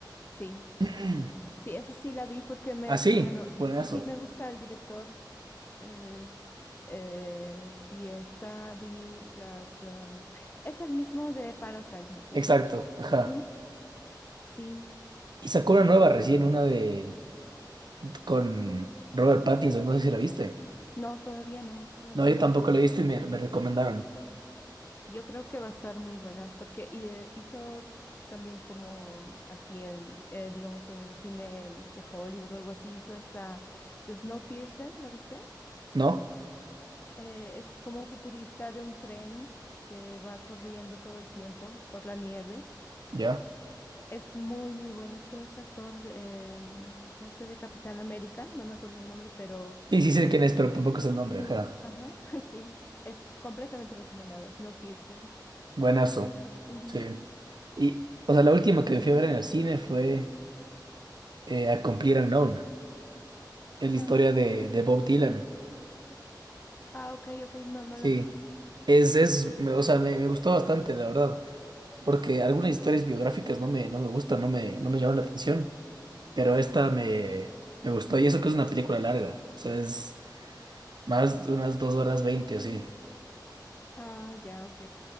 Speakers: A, on the left (about 30°); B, on the right (about 70°).
A: Sí,
B: <clears throat>
A: sí, esa sí la vi porque me,
B: Así,
A: bueno,
B: buenazo.
A: sí, sí, me gusta el director. eh, eh, vi esta, vi las... em, es el mismo de Parasite, ¿no es cierto?
B: Exacto, ajá.
A: Ujú, Sí,
B: Y sacó
A: y
B: una nueva recién, una de con Robert Pattinson, no sé si la viste.
A: no, todavía no, todavía
B: No, yo
A: no
B: tampoco
A: vi eso.
B: la he visto y me, me recomendaron.
A: Yo creo que va a estar muy buena porque y, eh, hizo también como aquí en, eh, digamos, en el cine de Hollywood o algo así, hizo esta de Snowpiercer, ¿la viste?
B: ¿No?
A: Eh, es como futurista de un tren que va corriendo todo el tiempo por la nieve.
B: ¿Ya?
A: Es muy, muy buena. Es con este actor eh, que hace de Capitán América, no me acuerdo el nombre, pero
B: Y sí sé
A: es,
B: quién es, pero tampoco es el nombre,
A: sí,
B: ajá.
A: ajá, <laughs> sí, es completamente recomendada. Snowpiercer.
B: Buenazo.
A: Ujú.
B: Sí. Y, o sea, la última que fui a ver en el cine fue eh, A Complete Unknown. Es la
A: Ah,
B: historia de, de Bob Dylan.
A: ah, ok, ok, no, no
B: Sí,
A: la vi.
B: es, es, me- o sea, me, me gustó bastante, la verdad, porque algunas historias biográficas no me, no me gustan, no me, no me llaman la atención, pero esta me, me gustó, y eso que es una película larga, o sea, es más de unas dos horas veinte, así.
A: Ah, ya, ok.